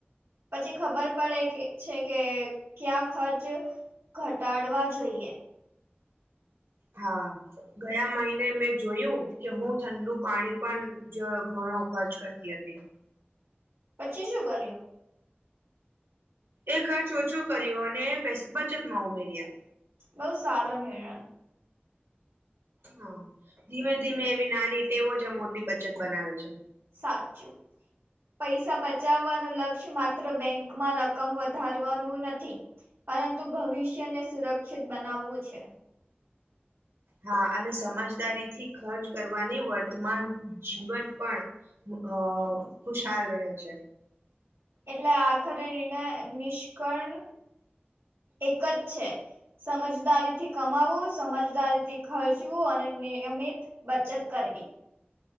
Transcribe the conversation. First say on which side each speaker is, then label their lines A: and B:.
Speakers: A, on the right; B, on the right.
A: પછી ખબર પડે કે છે કે ક્યા ખર્ચ ઘટાડવા જોઈએ.
B: હા. ગયા મહિને મેં જોયું કે હું ઠંડુ પાણી પણ જ ઘણો ખર્ચ કરતી હતી.
A: પછી સુ કરયુ.
B: એ ખર્ચ ઓછો કર્યો અને બચતમાં ઉમેર્યા.
A: બઉુ સારો નિર્ણય.
B: હા ધીમે ધીમે એવી નાની ટેવો જ મોટી બચત બનાવે છે.
A: સાચું. પૈસા બચાવવાનું લક્ષ્ય માત્ર બેંકમાં રકમ વધારવાનું નથી. પરંતુ ભવિષ્યને સુરક્ષિત બનાવવું છે.
B: હા અને સમજદારી થી ખર્ચ કરવાની વર્તમાન જીવન પણ અ ખુશહાલ રહે છે.
A: એટલે આખરે નિર્ણ નિષ્કણ એક જ છે. સમજદારીથી કમાવવું સમજદારીથી ખર્ચવું અને નિયમિત બચત કરવી.